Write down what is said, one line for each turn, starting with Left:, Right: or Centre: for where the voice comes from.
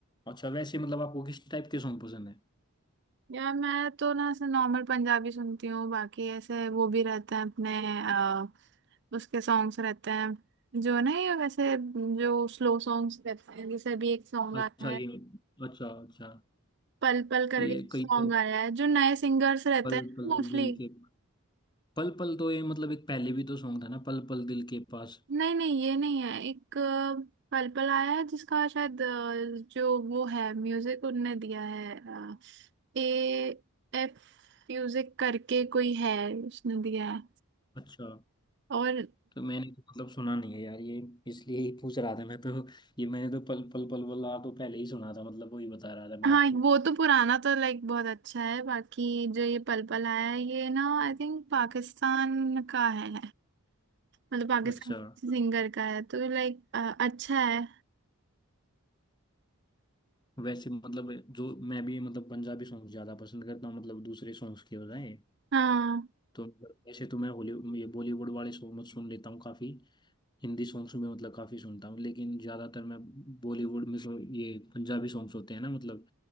Left: अच्छा वैसे मतलब आपको किस टाइप के सॉन्ग पसंद है
Right: यार मैं तो ना ऐसे नॉर्मल पंजाबी सुनती हूँ बाकी ऐसे वो भी रहते हैं अपने अ, उसके सॉन्ग्स रहते हैं जो ना ये वैसे जो स्लो सॉन्ग्स रहते हैं जैसे अभी एक सॉन्ग
Left: अच्छा
Right: आया
Left: ये
Right: है
Left: अच्छा अच्छा
Right: पल पल करके
Left: ये कई
Right: सॉन्ग
Left: तो
Right: आया है जो नए सिंगर्स रहते
Left: पल
Right: हैं
Left: पल
Right: मोस्टली
Left: दिल के पल पल तो ये मतलब एक पहले भी तो सॉन्ग था ना पल पल दिल के पास
Right: नहीं नहीं ये नहीं है एक अ, पल पल आया है जिसका शायद अ, जो वो है म्यूजिक उनने दिया है अ, ए एफ म्यूजिक करके कोई है उसने दिया है
Left: अच्छा
Right: और
Left: तो मैंने तो मतलब सुना नहीं है यार ये इसलिए ही पूछ रहा था मैं तो ये मैंने तो पल पल पल पल आ तो पहले ही सुना था मतलब वही बता रहा था मैं
Right: हाँ
Left: आपको
Right: वो तो पुराना तो लाइक बहुत अच्छा है बाकी जो ये पल पल आया है ये ना आई थिंक पाकिस्तान का है मतलब पाकिस्तान
Left: अच्छा
Right: सिंगर का है तो लाइक अच्छा है
Left: वैसे मतलब जो मैं भी मतलब पंजाबी सॉन्ग ज्यादा पसंद करता हूँ मतलब दूसरे सॉन्ग्स के बजाय
Right: हाँ
Left: तो मतलब वैसे तो मैं हॉली ये बॉलीवुड वाले सॉन्ग मत सुन लेता हूँ काफी हिंदी सॉन्ग्स में मतलब काफी सुनता हूँ लेकिन ज्यादातर मैं बॉलीवुड में जो ये पंजाबी सॉन्ग्स होते हैं ना मतलब